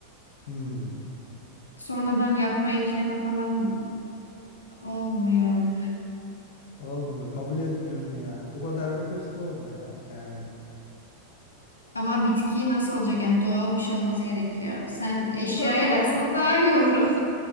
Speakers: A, on the left (about 50°); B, on the left (about 75°).
A: hmm,
B: Sonradan yapma ekleme falan olmuyor.
A: olmuyor. Kabul etmiyorsun yani. Bu kadar da hırslı olma ya. Yani
B: Ama bitki nasıl olacak? Yani doğal bir şey olması gerekiyor. Sen eşyaya
A: bak ama
B: yazsan daha iyi olur